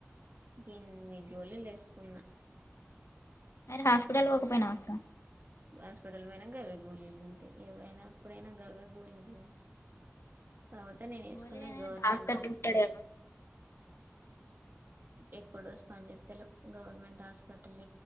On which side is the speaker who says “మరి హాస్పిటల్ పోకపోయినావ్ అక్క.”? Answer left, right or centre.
Left